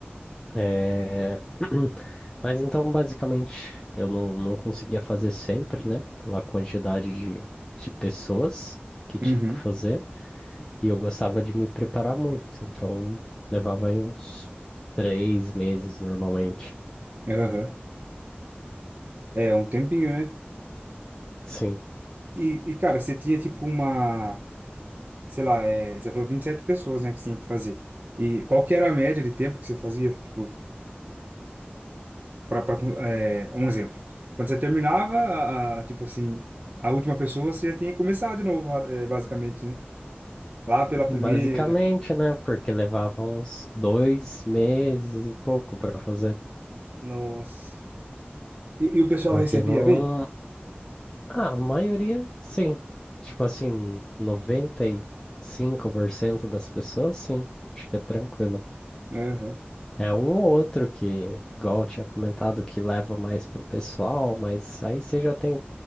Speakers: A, on the left (about 15°); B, on the right (about 45°).
A: É, <clears throat> Mas então, basicamente, eu não, não conseguia fazer sempre, né? Pela quantidade de, de pessoas que tinha
B: Uhum.
A: que fazer. E eu gostava de me preparar muito, então levava aí uns três meses normalmente.
B: Aham. É, um tempinho, né?
A: Sim,
B: E, e, cara, você tinha, tipo, uma... Sei lá, é, você falou 27 pessoas, né, que você tinha que fazer. E qual que era a média de tempo que você fazia? Tipo, pra, pra, é, um exemplo. Quando você terminava, a, a- tipo assim, a última pessoa, você já tinha que começar de novo, é, basicamente, né? Lá pela primeira.
A: basicamente, né? Porque levava uns dois meses e pouco para fazer.
B: Nossa. E, e o pessoal
A: Porque
B: recebia
A: não.
B: bem?
A: Ah, a maioria, sim. Tipo assim, noventa e cinco por cento das pessoas, sim. Acho que é tranquilo.
B: Aham.
A: É um ou outro que, igual eu tinha comentado, que leva mais pro pessoal, mas aí você já tem